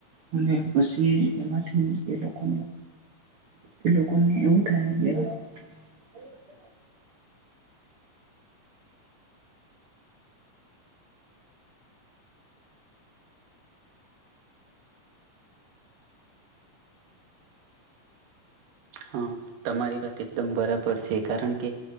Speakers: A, on the right (about 60°); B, on the right (about 75°).
A: અને પછી એમાંથી એ લોકો એ લોકોને એવું કાય દે <unintelligible>
B: હા તમારી વાત એકદમ બરાબર છે કારણ કે